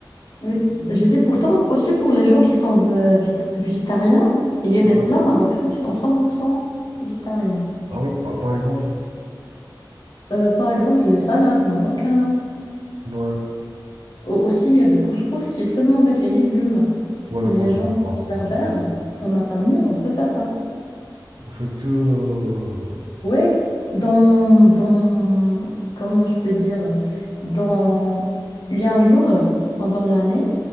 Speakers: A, on the left (about 65°); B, on the right (about 75°).
A: oui, j'ai dit pourtant aussi pour les gens qui sont ve- vit- végétariens, il y a des
B: Ouais.
A: plats marocains qui sont 100% végétariennes.
B: Ah ouais, pa- par exemple.
A: Euh, par exemple, les salades marocaines.
B: Ouais.
A: Au- Aussi, il y a du couscous qui est seulement avec les légumes.
B: Ouais,
A: Les
B: mais moi, j'arrive
A: gens qui
B: pas.
A: sont berbères,
B: Moi, j'arrive
A: comme ma famille, on peut faire ça.
B: pas. Au fait que... euh,
A: Ouais, dans, dans, comment je peux dire, dans, il y a un jour euh, pendant l'année